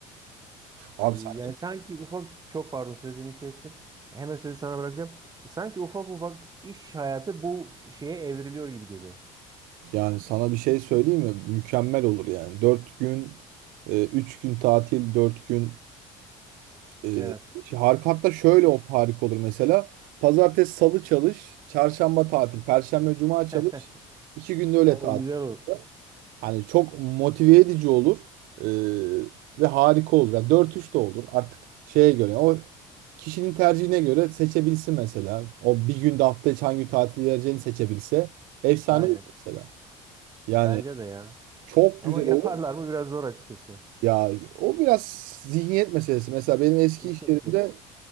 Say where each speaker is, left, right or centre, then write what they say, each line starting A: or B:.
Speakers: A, on the right; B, on the right.
A: Abi
B: Ee, Yani
A: sen
B: sanki ufak çok pardon sözünü kestim. Hemen sözü sana bırakacağım. Sanki ufak ufak iş hayatı bu şeye evriliyor gibi geliyor.
A: yani sana bir şey söyleyeyim mi? Mükemmel olur yani. dört gün, 3 gün tatil, 4 gün Ee,
B: Evet.
A: şey, harika hatta şöyle
B: İş.
A: olsa harika olur mesela. Pazartesi, salı çalış, çarşamba tatil, perşembe, cuma çalış.
B: <laughs>
A: İki günde öyle
B: O
A: tatil.
B: güzel olur.
A: Hani çok motive edici olur ee, ve harika olur. Yani 4-3 de olur artık şeye göre. O kişinin tercihine göre seçebilsin mesela. O bir günde hafta içi hangi tatil vereceğini seçebilse. Efsane
B: Aynen.
A: olur mesela. Yani
B: Bence de ya.
A: çok
B: Ama
A: güzel
B: yaparlar
A: olur.
B: mı biraz zor açıkçası.
A: Ya o biraz zihniyet meselesi. Mesela benim eski
B: Kesinlikle.
A: iş yerimde